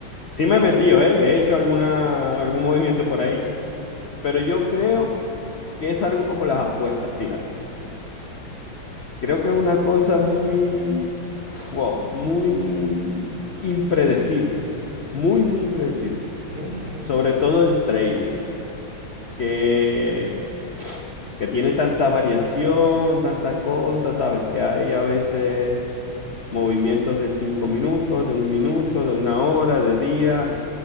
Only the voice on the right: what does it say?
Mm.
Ujú, ujú.